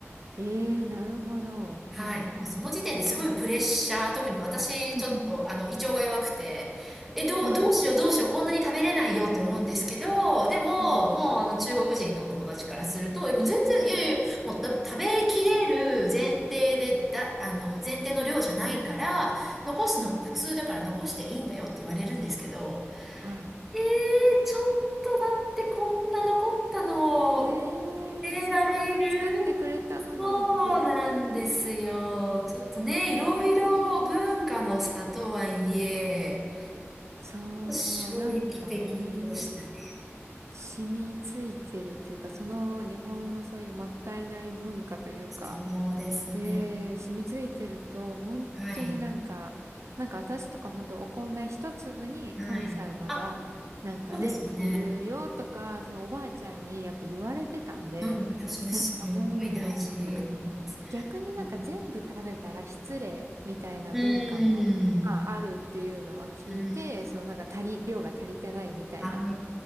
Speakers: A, on the right (about 80°); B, in the centre.
A: ええー、なるほど。
B: はい。
A: はい。
B: もうその時点ですごいプレッシャー。特に私、
A: <laughs>
B: ちょっと、あの、胃腸が弱くて、え、どう、
A: はい。
B: どうしよう、どうしよう、こんなに食べれないよって思うんですけど、でも、
A: うん。
B: もう、あの、中国人のお友達からすると、え、もう全然、いやいや、
A: うん。
B: もう、だ食べきれる前提で、だ、あの、前提の量じゃないから、残すのが普通だから残していいんだよって言われるんですけど、
A: うん。はい。
B: えー、ちょっとだってこんな残ったのを、
A: ねえ、
B: 捨てられる
A: せっかく作ってくれたのにって。
B: そうなんですよ。ちょっとね、いろいろ文化の差とはいえ、
A: そ
B: 衝撃的でしたね。
A: う、なんかね、染みついてるというか、その日本のそういうもったいない文化というか、
B: そうですね。
A: で、染みついてると、本当になんか、
B: はい。
A: なんか私とか本当お米一粒に神様が、
B: はい。あ、
A: なんかね、
B: そうですよね。
A: いるよとか、そのおばあちゃんにやっぱ言われてたんで、
B: うんうん。いや、それすごい大事なんです。
A: なんかもう、なんか逆になんか全部食べたら失礼みたいな文化も、
B: うんうん。
A: まあ、あるっていうのは聞いて、
B: うん。
A: そのなんか足り、量が足りてないみたいな。
B: ああ、